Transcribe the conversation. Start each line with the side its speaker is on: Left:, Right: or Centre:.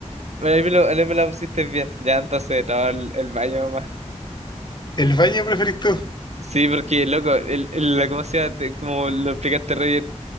Right: Bueno, ahí me, lo- ahí me la pusiste bien. Ya, entonces, no, el, el baño más
Left: El baño preferís tú. <laughs>
Right: Sí, porque, loco, el, el- la, ¿cómo se llama? Te- como lo explicaste re bien.